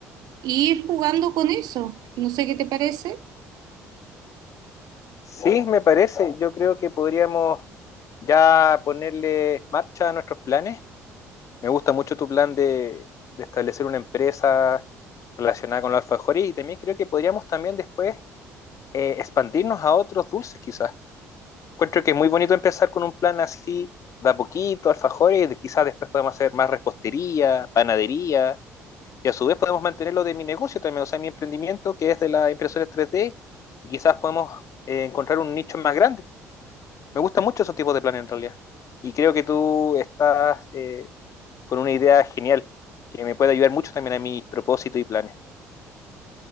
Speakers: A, on the right; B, on the left.
A: Y ir jugando con eso. No sé qué te parece.
B: Sí, me parece. Yo creo que podríamos ya ponerle marcha a nuestros planes. Me gusta mucho tu plan de, de establecer una empresa relacionada con los alfajores y también creo que podríamos también después eh, expandirnos a otros dulces quizás. Encuentro que es muy bonito empezar con un plan así, de a poquito, alfajores, y quizás después podemos hacer más repostería, panadería, y a su vez podemos mantenerlo de mi negocio también, o sea, mi emprendimiento que es de las impresoras 3D, y quizás podemos eh, encontrar un nicho más grande. Me gusta mucho esos tipos de planes en realidad, y creo que tú estás eh, con una idea genial que me puede ayudar mucho también a mis propósitos y planes.